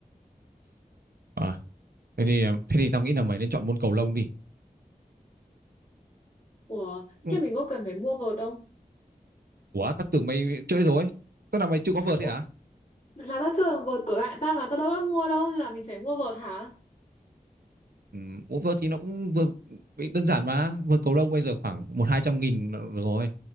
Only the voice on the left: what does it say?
ủa
thế mình có cần phải mua vợt không
Ủa,
là tao chưa vợt của bạn tao mà tao đâu đã mua đâu là mình phải mua vợt hả